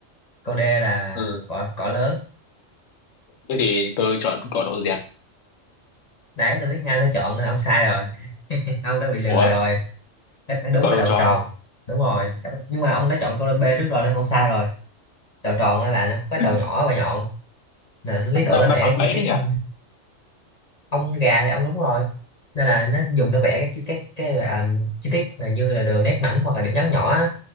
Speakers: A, on the left; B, on the left.
A: câu D là
B: ừ
A: cọ cọ lớn
B: thế thì tôi chọn cỏ đậu dẹt
A: đấy tôi biết ngay phải chọn nên ông sai rồi ông đã bị lừa
B: ủa
A: rồi đáp án đúng
B: cỏ
A: là
B: đầu
A: đầu
B: tròn
A: tròn đúng rồi Đáp- nhưng mà ông đã chọn câu B trước rồi nên ông sai rồi đầu tròn á là nó có cái
B: <laughs>
A: đầu nhỏ và nhọn nên nó lý tưởng
B: đáp
A: để vẽ
B: đáp án
A: cái
B: bẫy
A: chi tiết
B: thế nhỉ
A: Ừ, ông gà thì ông đúng rồi nên là nó dùng để vẽ cái cái cái, cái à, chi tiết là như là đường nét mảnh hoặc là điểm nhấn nhỏ á